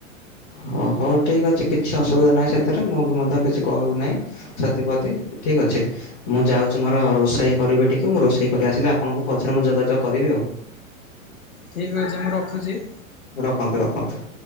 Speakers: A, on the left (about 35°); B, on the left (about 70°).
A: ଓହୋ ହଉ ଠିକ୍ ଅଛି କିଛି ଅସୁବିଧା ନାହିଁ ସେଥିରେ ମୁଁ ବି ମଧ୍ୟ କିଛି କହୁ ନାହିଁ। ସେଥିପତି ଠିକ ଅଛି। ମୁଁ ଯାଉଛି ମୋର ରୋଷେଇ କରିବି ଟିକିଏ ମୁଁ ରୋଷେଇ କରି ଆସିଲେ ଆପଣଙ୍କୁ ପଛରେ ମୁଁ ଯୋଗାଯୋଗ କରିବି ଆଉ।
B: ଠିକ୍ ଅଛି ମୁଁ ରଖୁଛି।
A: ରଖନ୍ତୁ ରଖନ୍ତୁ।